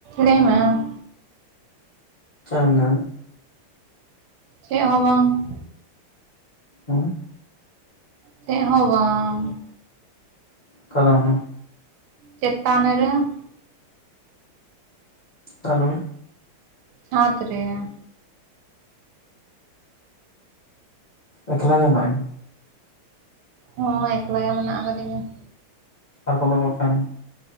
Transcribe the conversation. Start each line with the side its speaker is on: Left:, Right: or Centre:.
Right: ᱞᱟᱹᱭ ᱢᱮ ᱾
Left: <inaudible>
Right: ᱪᱮᱫ ᱦᱚᱸ ᱵᱟᱝ ᱾
Left: ᱦᱮᱸ ᱾
Right: ᱪᱮᱫ ᱦᱚᱸ ᱵᱟᱝ ᱾
Left: ᱚᱠᱟᱨᱮ ᱢᱮᱱᱟ ᱢᱟ?
Right: ᱪᱮᱛᱟᱱ ᱨᱮ ᱾
Left: ᱦᱮᱞᱳ ᱾
Right: ᱪᱷᱟᱸᱫ ᱨᱮ ᱾
Left: ᱮᱠᱞᱟ ᱜᱮ ᱢᱮᱱᱟᱜ ᱢᱮᱭᱟ?
Right: ᱦᱳᱭ ᱮᱠᱞᱟ ᱜᱮ ᱢᱮᱱᱟᱜ ᱟᱠᱟᱫᱤᱧᱟ ᱾
Left: ᱟᱨ ᱠᱚᱫᱚ ᱠᱚ ᱚᱠᱟᱭ ᱱᱟ?